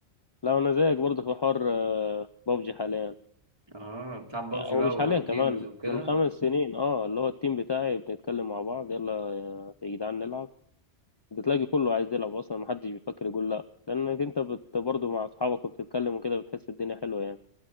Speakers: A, on the left; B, on the right.
A: لا انا زيك برضه في حوار آه، بابجي حاليا
B: اه بتلعب بابجي
A: يعني او
B: بقى
A: مش
B: وتيمز
A: حاليا كمان
B: وكده
A: من خمس سنين اه اللي هو التيم بتاعي بنتكلم مع بعض يلا يا يا جدعان نلعب بتلاقي كله عايز يلعب اصلا محدش بيفكر يقول لا لانك انت بت برضه مع اصحابك وبتتكلم وكده بتحس الدنيا حلوه يعني